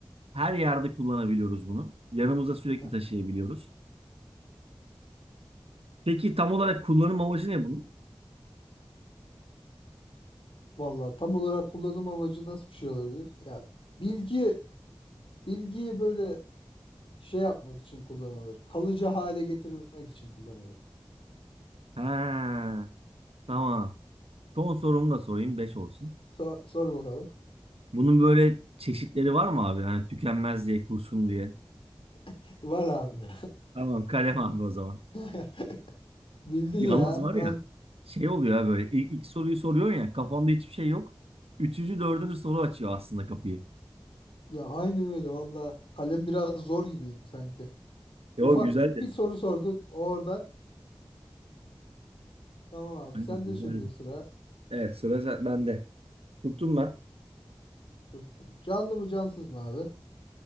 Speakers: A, on the right; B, on the left.
A: Her yerde kullanabiliyoruz bunu. Yanımıza sürekli
B: Heh.
A: taşıyabiliyoruz. Peki tam olarak kullanım amacı ne bunun?
B: Vallahi tam olarak kullanım amacı nasıl bir şey olabilir? Ya bilgi bilgiyi böyle şey yapmak için kullanılır. Kalıcı hale getirmek için kullanılır.
A: Ha, tamam. Son sorumu da sorayım 5 olsun.
B: So- sor bakalım.
A: Bunun böyle çeşitleri var mı abi? Hani tükenmez diye, kurşun diye.
B: <laughs> Var abi.
A: Tamam kalem abi o zaman.
B: <laughs> Bildin
A: Yalnız
B: ya.
A: var
B: Al.
A: ya şey oluyor ya böyle ilk, ilk soruyu soruyorsun ya kafanda hiçbir şey yok. Üçüncü, dördüncü soru açıyor aslında kapıyı.
B: Ya aynen öyle valla kalem biraz zor gibiydi sanki.
A: E
B: Ufak
A: o güzeldi.
B: bir soru sordun oradan. Tamam abi
A: Aynen,
B: sen
A: güzeldi.
B: de şimdi sıra
A: Evet sıra sen- bende. Tuttum ben.
B: tuttum. Canlı mı cansız mı abi?